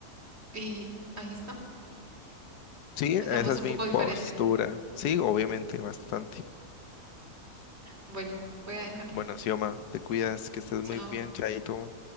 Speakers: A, on the right; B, on the left.
A: y ahí está.
B: Sí,
A: Pensamos
B: esa es
A: un poco
B: mi postura.
A: diferente.
B: Sí, obviamente, bastante.
A: Bueno, voy a dejarte.
B: Bueno, Xioma, te cuidas, que estés
A: Chao.
B: muy bien, Chaito.